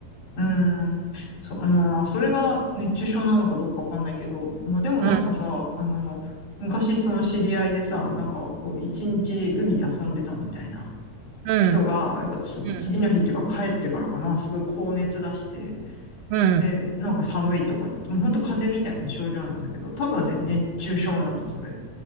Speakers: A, on the left; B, on the right.
A: うん。そ、うん、まあ、それが熱中症なのかどうかわかんないけど、まあ、でもなんかさ、
B: うん、
A: あの、昔その知り合いでさ、なんかこう一日海で遊んでたみたいな
B: うん、
A: 人が、やっぱつ、
B: うん、
A: 次の日っていうか帰ってからかな、すごい高熱出して、
B: うん、
A: で、なんか寒いとかっつって、もう本当風邪みたいな症状なんだけど、多分ね、熱中症なんだ、それ。